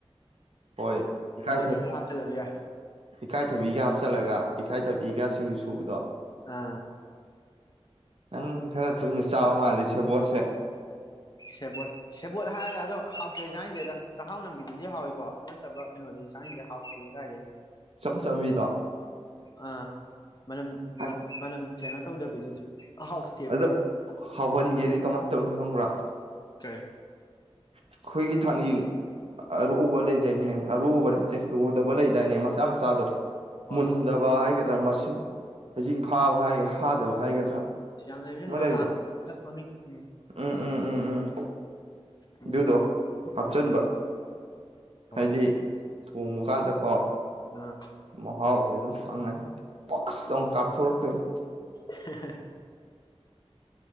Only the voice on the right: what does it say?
ꯍꯣꯏ ꯏꯀꯥꯏ
ꯏꯀꯥꯏꯊꯕꯤꯒ ꯍꯥꯞꯆꯜꯂꯒ ꯏꯀꯥꯏꯊꯕꯤꯒ ꯁꯤ ꯁꯤꯡꯖꯨ ꯁꯨꯕꯗꯣ
ꯅꯪ ꯈꯔ ꯇꯣꯏꯅ ꯆꯥꯕ ꯃꯥꯜꯂꯤ ꯁꯦꯕꯣꯠꯁꯦ
ꯏꯆꯝ ꯆꯝꯕꯤꯗꯣ
ꯍꯥꯏ
ꯑꯗꯣ ꯍꯧꯍꯟꯒꯦꯗꯤ ꯀꯃꯥꯏꯅ ꯇꯧꯅꯤ ꯊꯣꯡꯕ꯭ꯔꯥ
ꯑꯩꯈꯣꯏꯒꯤ ꯊꯥꯡꯖꯤꯡ ꯑꯔꯣꯕ ꯂꯩ ꯗꯦꯅꯦ ꯑꯔꯣꯕ ꯆꯠꯇꯦ ꯂꯣꯗꯕ ꯂꯩ ꯗꯅꯦ ꯃꯆꯥ ꯃꯆꯥꯗꯣ
ꯃꯨꯟꯗꯕ
ꯍꯥꯏꯒ ꯗ ꯃꯁꯤꯡ ꯍꯩꯖꯤꯡ ꯐꯥꯕ ꯍꯥꯏꯔ ꯐꯥꯗꯕ ꯍꯥꯏꯒꯗ꯭ꯔꯥ
ꯑꯃ
ꯂꯩꯕꯗꯣ
ꯎꯝ ꯎꯝ ꯎꯝ ꯎꯝ
ꯑꯗꯨꯗꯣ ꯍꯥꯞꯆꯤꯟꯕ
ꯍꯥꯏꯗꯤ ꯊꯣꯡꯕ ꯀꯥꯟꯗ ꯀꯣ
ꯃꯍꯥꯎꯁꯦ ꯑꯗꯨꯝ ꯐꯪꯉꯅꯤ ꯄꯛꯁ ꯂꯥꯎ ꯀꯥꯞꯊꯣꯔꯛꯇꯣꯏꯅꯤ